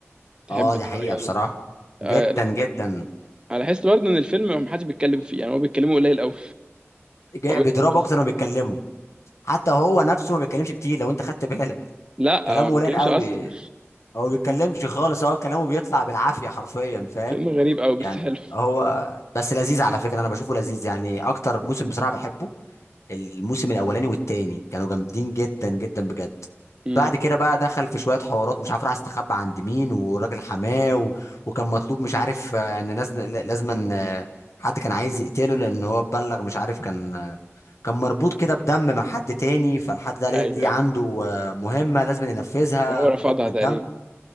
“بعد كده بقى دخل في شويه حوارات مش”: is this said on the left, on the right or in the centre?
Left